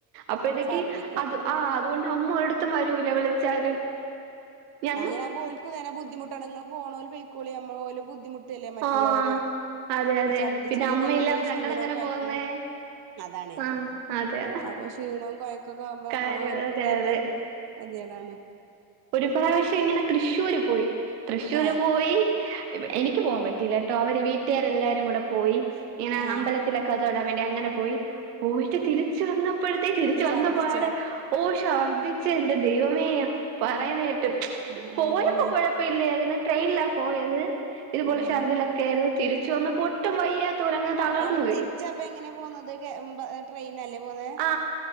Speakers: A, on the right; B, on the right.
A: അപ്പ ഇതൊ
B: ഛർദ്ദിക്കും
A: അത് ആ് അതുകൊണ്ട് അമ്മട് രു വില വിളിച്ചാലും ഞ
B: ഞൻ പോൽക്കുന്നനെ ബുധിമുട്ടാണ് നിങ്ങള് പോണ പോ പക്കിമ്മ പോല ബുദ്ധിമു് ല്ലേ മറ്റുള്ളവര്
A: ആഹ് അതെ അതെ
B: ഈ ഛർദിച്ചു കഴിഞ്ഞാൽ
A: അമ്മയില്ലാതെ
B: പിന്നെ ക്ഷീണവും
A: ഞങ്ങളെങ്ങനെ
B: കഴക്കും
A: പോവുന്നേ
B: അതാണേ
A: ആഹ് അതെ
B: അപ്പൊ ക്ഷീണവും കൊയക്ക ഒക്കക്കവുമ്പോ
A: കാര്യം
B: അമ്മ കോലിക്കും
A: അതെ
B: തന്നെ
A: അതെ
B: എതിടാണ്
A: പ്ര്രാവശ്യം ഇങ്ങനെ തൃശ്ശൂര് പോയി തൃശ്ശൂര്
B: ആഹ്
A: പോയി എനിക്ക് പോകാൻ പറ്റിയില്ല കേട്ടോ അവര് വീട്ടുകർ എല്ലാരും കൂടെ പോയി ഇങ്ങനെ
B: ആഹ്
A: അമ്പലത്തിലൊക്കെ ടൻ വേണ്ടി അങ്ങനെ പോയി പോയിട്ട് തിരിു വന്നപ്പോഴത്തേക്ക് തിരിച്ച
B: ഛർദിച്ചോ
A: വന്നപ്പോ ഓ ഛർദ്ദിച്ച എന്റെ ദൈവമേോ പറയുന്ന കേട്ടും
B: ആഹ്
A: പോയപ്പോൊ
B: അതാണ്
A: കുഴപ്പ ഇില്ലായിരുന്നു ട്രെയിനിലാ പോയത് ഇതുപോലെ
B: ആഹ്
A: ഷർദിലൊക്കെ ആയിരുന്നു തിരിച്ചു വന്നപ്പോ ഒട്ടും വയ്യ റങ്ങ തളർന്ന
B: അവർ തിരിച്ചപ്പ എങ്ങനെ പോന്നത് ട്രെയിനല്ലേ പോന്നെ
A: ആ